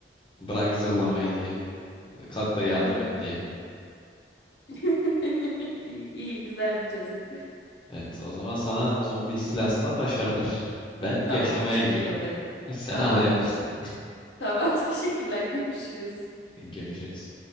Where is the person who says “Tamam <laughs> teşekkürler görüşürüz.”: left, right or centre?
Left